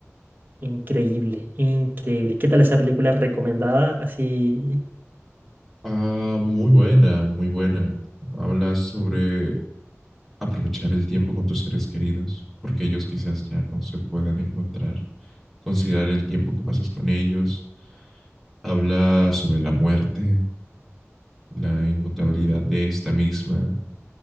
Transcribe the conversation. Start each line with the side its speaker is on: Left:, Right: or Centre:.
Right: Increíble, increíble. ¿Qué tal esa película recomendada? Así,
Centre: Ah, muy buena, muy buena. Habla sobre aprovechar el tiempo con tus seres queridos, porque ellos quizás ya no se puedan encontrar. Considerar el tiempo que pasas con ellos. Habla sobre la muerte, la inmutabilidad de esta misma.